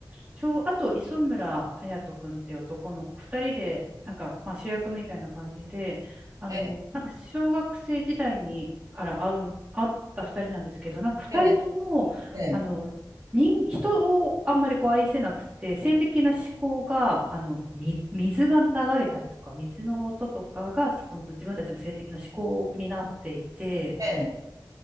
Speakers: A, on the right; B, on the right.
A: 小あと磯村勇斗くんっていう男の子、二人で、なんか、まあ、主役みたいな感じで、あの、
B: ええ、
A: なんか小学生時代にから会う会った二人なんですけど、なんか二人とも、
B: ええ、ええ、
A: あの、人、人をあんまりこう愛せなくて、性的な思考が、あの、水、水が流れたりとか、水の音とかが、この自分たちの性的な思考になっていて、
B: ええ、